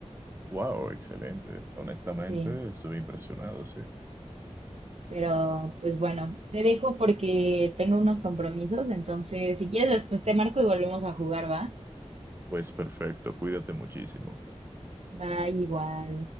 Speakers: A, on the right; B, on the right.
A: Wow, excelente. Honestamente,
B: sí.
A: estoy impresionado, sí.
B: Pero pues bueno, te dejo porque tengo unos compromisos, entonces si quieres después te marco y volvemos a jugar, ¿va?
A: Pues perfecto, cuídate muchísimo.
B: Va igual.